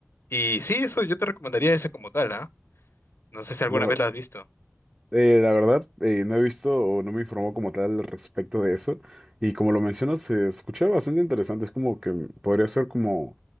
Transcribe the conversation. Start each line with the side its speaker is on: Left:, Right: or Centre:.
Left: Y sí, eso yo te recomendaría ese como tal, ¿ah? No sé si alguna
Right: La ver-
Left: vez la has visto.
Right: Eh, la verdad, eh, no he visto o no me informó como tal al respecto de eso. Y como lo mencionas, se escucha bastante interesante. Es como que podría ser como